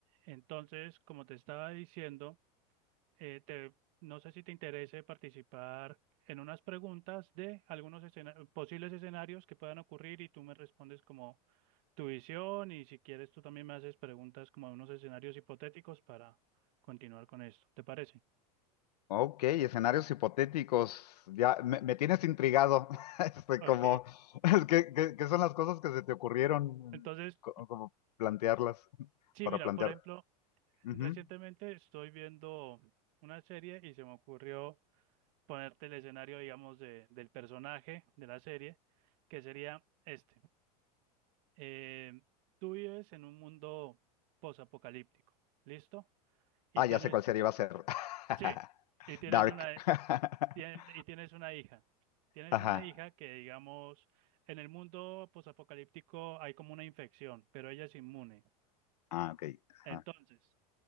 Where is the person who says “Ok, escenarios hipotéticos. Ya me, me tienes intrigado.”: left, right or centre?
Left